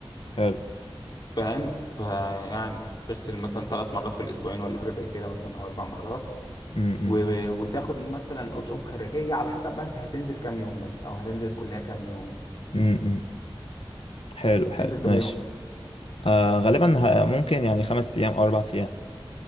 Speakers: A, on the left (about 80°); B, on the left (about 50°).
A: حلو
B: فاهم فيعني تغسل مثلا ثلاث مرات في الأسبوعين ولا حاجة زي كده مثلا أو أربع مرات
A: امم
B: و- وتاخد مثلا اطقم خارجيه على حسب بقى انت هتنزل كام يوم بس او هتنزل الكليه كام يوم
A: امم حلو
B: انت
A: حلو
B: بتنزل
A: ماشي
B: كام يوم
A: آه غالبا ه... ممكن يعني خمس ايام او اربع ايام